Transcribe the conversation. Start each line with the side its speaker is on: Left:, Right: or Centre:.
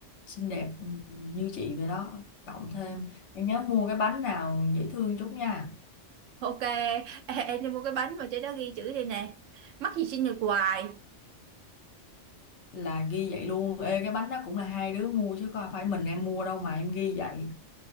Left: xinh đẹp ừ, như chị vậy đó, cộng thêm em nhớ mua cái bánh nào dễ thương chút nha,
Right: Ok, ê, em đi mua cái bánh mà trên đó ghi chữ đây nè. Mắc gì xin được hoài.
Left: là ghi vậy luôn. Ê cái bánh đó cũng là hai đứa mua chứ không phải mình em mua đâu mà em ghi vậy.